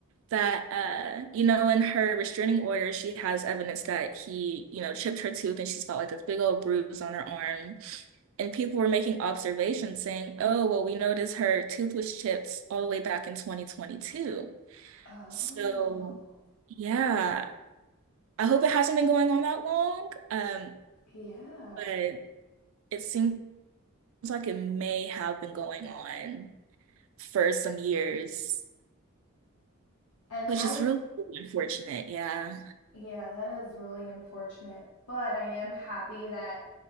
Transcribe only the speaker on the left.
Oh,
yeah.
And
I,
yeah, that is really unfortunate. But I am happy that